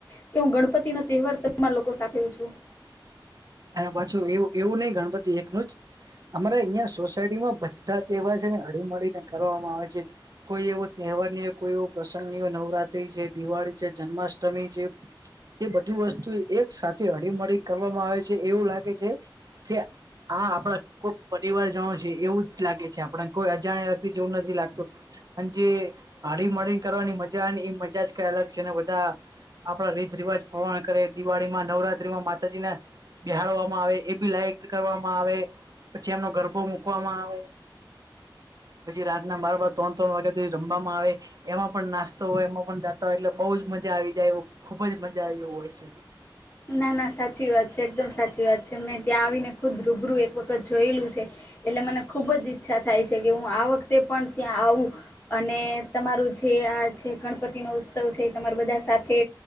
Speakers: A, on the left; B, on the right.
A: કે હું ગણપતિ નો તહેવાર તમા લોકો સાથે ઉ છું
B: અને પાછું એવું એવું નઈિ ગણપતિ એકનું જ અમારા અહિયાં સોસાયટી માં બધા તેવાર છે ને હળીમળીને કરવામાં આવે છે કોઈ એવો તહેવાર ની હોય કોઈ એવો પ્રસંગ ની હોય નવરાત્રી છે દિવાળી છે જન્માષ્ટમી છે એ બધું વસ્તુ એક સાથે હળીમળી કરવામાં આવે છે. એવું લાગે છે કે આ આપડા પરિવાર જાણો છ એવું જ લાગે છે આપડ કોઈ અજાણ્યા વ્યક્તિ જેવું નથી લાગતું અન જે હડી માળ કરવાની મજા ને એ મજા જ કઈ અલગ છે ને બધા આપણા રીત રિવાજ પવણ કરે દિવાળી માં નવરાત્રી માં માતાજીને બહાડવામાં આવે એ બી લઇટ કરવામાં આવે પછી એમનો ગરભો મકવામાં આવે પછી રાતના બરબર ત્રણ ત્રણ વાગે રમવામાં આવે એમાં પણ નાસ્તો હોય એમાં પણ તો એટલે બઉુ જ મજા આવી જાય એ ખુબ જ મજા આવ હોય છે.
A: ના ના સાચી વાત છે એકદમ. સાચી વાત છે મેં ત્યાં આવીને ખુદ રૂબરૂ એક વખત જોયેલું છે. એટલે મને ખૂબ જ ઈચ્છા થાય છે કે હું આ વખતે પણ ત્યાં આવું અને તમારું જે આ જે ગણપતિ નો ઉત્સવ છે તમારા બધા સાથે